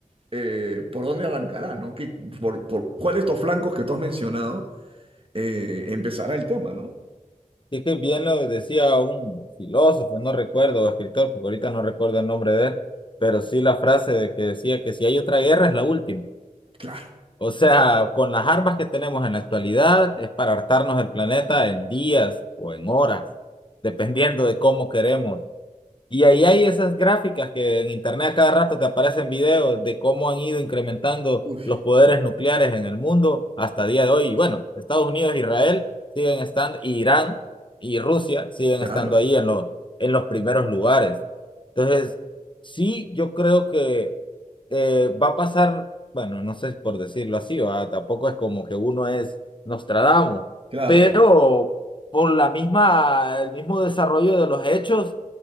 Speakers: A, on the right; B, on the left.
A: eh, por dónde arrancará, ¿no? ¿Qué- por, por cuál de estos flancos que tú has mencionado eh, empezará el tema, ¿no?
B: Es que bien lo decía un filósofo, no recuerdo, escritor, porque ahorita no recuerdo el nombre de él, pero sí la frase de que decía que si hay otra guerra es la última.
A: Claro.
B: O sea, con las armas que tenemos en la actualidad es para hartarnos el planeta en días o en horas, dependiendo de cómo queremos Y ahí hay esas gráficas que en internet a cada rato te aparecen videos de cómo han ido incrementando
A: Uy,
B: los poderes
A: sí,
B: nucleares en el mundo hasta día de hoy. Y bueno, Estados Unidos, Israel siguen estando, y Irán y Rusia siguen
A: claro,
B: estando ahí en los, en los primeros lugares. Entonces, sí, yo creo que eh, va a pasar, bueno, no sé si por decirlo así, ¿va? Tampoco es como que uno es Nostradamus,
A: claro,
B: pero por la misma, el mismo desarrollo de los hechos